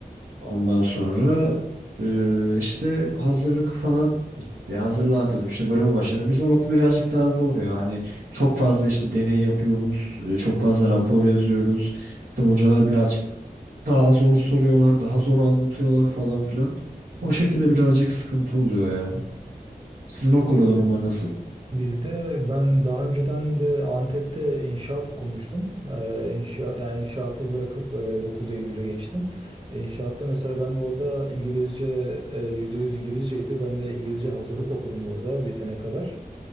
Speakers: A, on the right (about 85°); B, on the right (about 35°).
A: Ondan sonra e, işte hazırlık falan ya hazırlığa atladım işte bölüme başladım. Bizim okul birazcık daha zor ya hani çok fazla işte deney yapıyoruz, e, çok fazla rapor yazıyoruz. İşte hocalar birazcık daha zor soruyorlar, daha zor anlatıyorlar falan filan. O şekilde birazcık sıkıntı oluyor ya. Sizin okulda durumlar nasıl?
B: Bizde ben daha önceden de Antep'te inşaat okumuştum. Ee, inşa, yani inşaatı bırakıp e, 9 Eylül'e geçtim. E, İnşaatta mesela ben de orada İngilizce e, %100 İngilizceydi. Ben de İngilizce hazırlık okudum orada bir sene kadar.